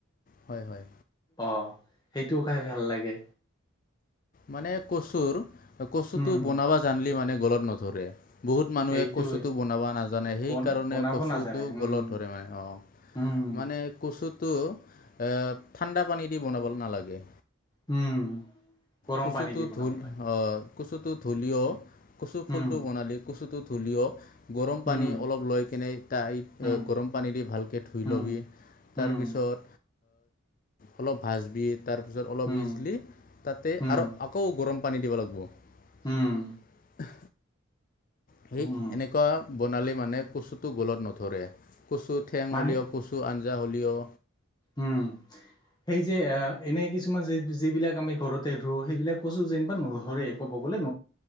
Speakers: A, on the left; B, on the left.
A: হয়, হয়।
B: অ', সেইটোও খাই ভাল লাগে।
A: মানে কচুৰ কচুটো
B: উম
A: বনাবা জানলি মানে গলত নধৰে বহুত মানুহে
B: সেইটোৱে
A: কচুটো বনাব নাজানে সেইকাৰণে
B: বন বনাব
A: কচুটো
B: নাজানে উম
A: গলত ধৰে মানে, অ।
B: উম
A: মানে কচুটো এ ঠাণ্ডা পানী দি বনাব নালাগে।
B: উম গৰম
A: কচুটো
B: পানী দি বনাব
A: ধুল,
B: লাগে
A: অ', কচুটো ধঢলিও কচু ফুল
B: উম
A: টো বনালি কচুটো ডুলিয় গৰম পানী
B: উম
A: অলপ লৈ কেনে তাই
B: উম
A: গৰম পানী দি ভালকৈ ধুই
B: উম
A: ল'বি। তাৰপিছত
B: উম
A: অলপ ভাজবি, তাৰপিছত অলপ
B: উম
A: সিজিলি তাতে
B: উম,
A: আৰু আকৌ গৰম পানী দিব লাগিব।
B: উম,
A: সেই
B: উম,
A: এনেকুৱা বনালী মানে কচুটো গলত নধৰে। কচু ঠেং
B: মানে
A: হ'লেও কচু আঞ্জা হ'লেও
B: উম। সেই যে এনে কিছুমান যিবিলাক আমি ঘৰতে ৰুওঁ সেইবিলাক কৈছো যেনিবা নধৰে ক'ব কবল